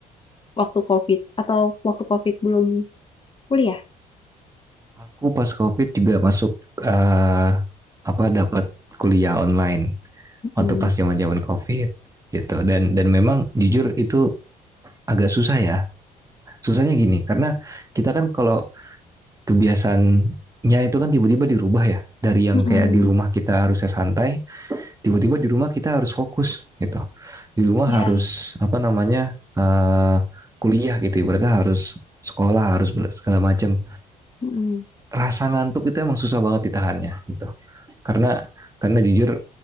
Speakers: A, on the left (about 25°); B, on the right (about 15°).
A: waktu COVID? Atau waktu COVID belum kuliah?
B: Aku pas COVID juga masuk eh, apa dapat kuliah online
A: Mm-mm.
B: waktu pas zaman zaman COVID gitu. Dan dan memang jujur itu agak susah ya. Susahnya gini karena kita kan kalau kebiasaannya itu kan tiba-tiba dirubah ya dari yang
A: Mm-mm.
B: kayak di rumah kita harusnya santai tiba-tiba di rumah kita harus fokus gitu di rumah
A: Ya.
B: harus apa namanya eh, kuliah gitu berarti harus sekolah harus segala macam
A: Mm-mm.
B: rasa ngantuk itu emang susah banget ditahannya gitu karena karena jujur